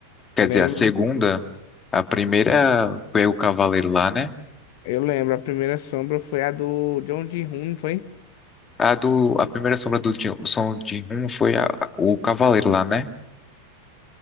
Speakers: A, on the left; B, on the left.
A: Quer
B: lembro.
A: dizer, a segunda? A primeira foi o cavaleiro lá, né?
B: Eu lembro, a primeira sombra foi a do John Ji-hoon, não foi?
A: A do, a primeira sombra do Jin- som de Hun foi a- o cavaleiro lá, né?